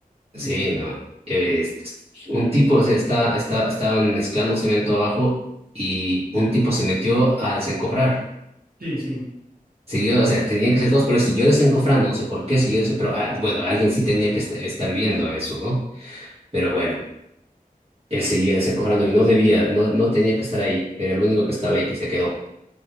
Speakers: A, on the right; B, on the right.
A: Joder,
B: Sí,
A: ma.
B: no. eh, es- es- un tipo, o sea, está, está, estaban mezclando cemento abajo y un tipo se metió a desencofrar.
A: Sí, sí.
B: Siguió, o sea, tenía que ser dos, pero siguió desencofrando, no sé por qué siguió desen- pero ah, bueno, alguien sí tenía que est- estar viendo eso, ¿no? Pero bueno, él seguía desencofrando y no debía, no, no tenía que estar ahí, era el único que estaba ahí que se quedó.